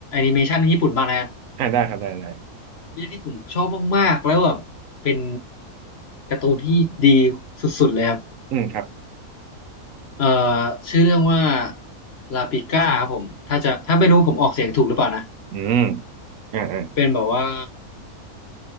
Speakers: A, on the left (about 50°); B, on the right (about 70°).
A: ิเมชันญี่ปุ่นบ้างนะ
B: อ่าได้ครับได้ได้
A: เรื่องที่ผมชอบมากๆแล้วแบบเป็นการ์ตูนที่ดีสุดๆเลยครับ
B: อืมครับ
A: เอ่อชื่อเรื่องว่าลาปิก้าครับผมถ้าจะถ้าไม่รู้ผมออกเสียงถูกหรือเปล่านะ
B: อืมอ่าอ่า
A: เป็นแบบว่า